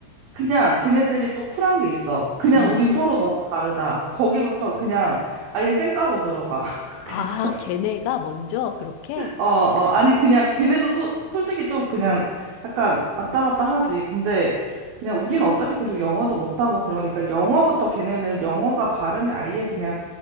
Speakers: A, on the right; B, on the left.
A: 그냥 걔네들이 또 쿨한 게 있어. 그냥
B: 음,
A: 우린 서로 너무 다르다. 거기부터 그냥 아예 쌩 까고 들어가. <laughs> 그냥
B: 아,
A: 서
B: 걔네가 먼저 그렇게?
A: 어, 어, 아니, 그냥, 걔네도 소, 솔직히 좀 그냥 약간 왔다 갔다 하지. 근데 그냥 우린 어차피 그리고 영어도 못하고 그러니까 영어부터 걔네는 영어가 발음이 아예 그냥